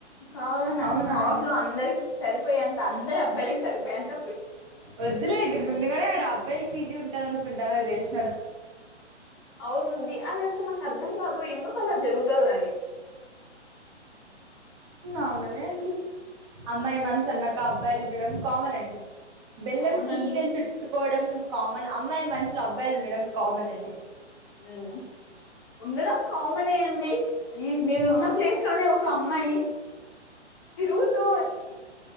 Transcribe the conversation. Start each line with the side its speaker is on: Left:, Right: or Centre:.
Left: కావాల నాకు
Right: అవునా
Left: హార్ట్ల్
Right: అండి
Left: అందరి సరిపోయేంత అందరి అబ్బాయిలకి సరిపోయి అంత
Right: వద్దులేండి ముందుగానేడు అబ్బాయికి పీజీ ఉంటు అనుకుంటా నాకు తెలుసు
Left: అవును ద అదిసల అర్థం కాదు ఎందుకు అలా జరుగుతు అంతదని
Right: మామూలే అండి అమ్మాయి మనసు అన్నాక అబ్బాయిలు వినడం కామన్ అండి బెల్లం
Left: అవునండి
Right: కి ఈగల్ చుట్టుకోవడం కామన్ అమ్మాయి మనసులో అబ్బాయిలు ఉండడం కామన్ అండి
Left: హ ఉండడం కామనే అండి ఈ నేనున్న
Right: ఆ
Left: ప్లేస్ లోనే ఒక అమ్మాయి తిరుగుతు